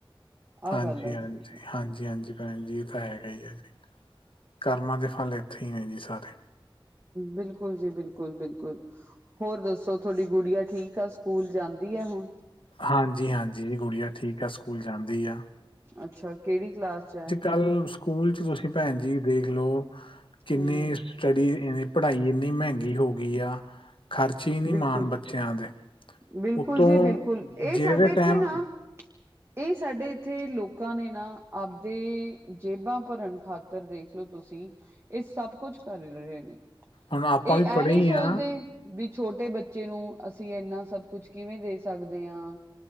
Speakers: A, on the right; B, on the left.
A: ਆਹ
B: ਹਾਂਜੀ-
A: ਗੱਲ ਆ ਜੀ
B: ਹਾਂਜੀ,
A: ਦੇਖੋ
B: ਹਾਂਜੀ- ਹਾਂਜੀ। ਹਾਜੀ ਤਾਂ ਹੈਗਾ ਹੀ ਆ ਜੀ। ਕਰਮਾਂ ਦੇ ਫਲ ਇੱਥੇ ਹੀ ਨੇ ਜੀ ਸਾਰੇ।
A: ਬਿਲਕੁਲ ਜੀ ਬਿਲਕੁਲ, ਬਿਲਕੁਲ। ਹੋਰ ਦੱਸੋ ਤੁਹਾਡੀ ਗੁੜੀਆ ਠੀਕ ਆ? ਸਕੂਲ ਜਾਂਦੀ ਆ ਹੁਣ?
B: ਹਾਂਜੀ- ਹਾਂਜੀ। ਗੁੜੀਆ ਠੀਕ ਆ, ਸਕੂਲ ਜਾਂਦੀ ਆ।
A: ਅੱਛਾ, ਕਿਹੜੀ ਕਲਾਸ 'ਚ?
B: ਕੱਲ ਸਕੂਲ 'ਚ ਤੁਸੀਂ ਭੈਣ ਜੀ। ਦੇਖਲੋ ਕਿੰਨੇ
A: ਹਮ
B: ਸਟੱਡੀ, ਪੜ੍ਹਾਈ ਇੰਨੀ ਮਹਿੰਗੀ ਹੋ ਗਈ ਆ। ਖਰਚੇ ਹੀ ਨਹੀ
A: ਬਿਲਕੁਲ
B: ਮਾਣ ਬੱਚਿਆਂ ਦੇ,
A: ਬਿਲਕੁਲ
B: ਉਤੋਂ
A: ਜੀ ਬਿਲਕੁਲ ਇਹ
B: ਜਿਹੜੇ
A: ਸਾਡੇ ਇੱਥੇ
B: ਟਾਈਮ
A: ਨਾ ਇਹ ਸਾਡੇ ਇੱਥੇ ਲੋਕਾਂ ਨੇ ਨਾ ਆਪਦੇ ਜੇਬਾਂ ਭਰਨ ਖਾਤਰ ਦੇਖਲਓ ਤੁਸੀਂ ਇਹ ਸਭ ਕੁਛ ਕਰ ਰਹੇ ਨੇ।
B: ਹੁਣ ਆਪਾਂ
A: ਇਹ
B: ਵੀ ਪੜ੍ਹੇ
A: ਐ ਨਹੀਂ
B: ਹੀ
A: ਸੋਚਦੇ
B: ਹਾਂ
A: ਵੀ ਛੋਟੇ ਬੱਚੇ ਨੂੰ। ਅਸੀਂ ਇੰਨਾ ਸਭ ਕੁਛ ਕਿਵੇਂ ਦੇ ਸਕਦੇ ਹਾਂ?